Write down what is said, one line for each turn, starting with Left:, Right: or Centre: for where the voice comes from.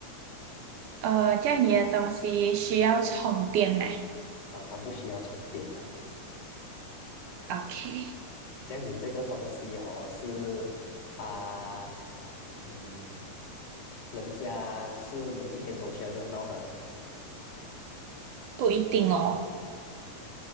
Right: 呃，这样你的东西需要充电吗
Left: 啊，它不需要充电的。
Right: ？OK，
Left: 这样你这个东西哦，是啊，嗯，人家是每一天都需要用到它的嘛
Right: 不一定哦，